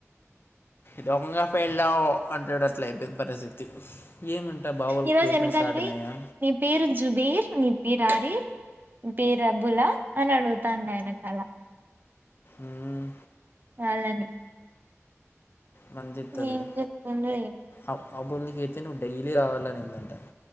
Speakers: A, on the left; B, on the right.
A: దొంగ ఫెల్లో అంటాడు అట్ల అయిపోయింది పరిస్థితి ఏమంట బావాళకు
B: ఈరోజు
A: ప్లేసెమెంట్స్
B: ఎనకాల
A: స్టార్ట్
B: పోయి
A: అయినాయా?
B: నీ పేరు జుబీర్ నీ పేరు ఆరి పేరు అబ్బులా అని అడుగుతాను ఆయన కాల
A: "మ్మ్,
B: వాళ్ళని
A: నంద చెప్తరులే
B: ఏం చెప్తుండ్రో ఏమో
A: అ అబ్బులు నికి అయితే నువ్వు డైలీ రావాలనిందంట.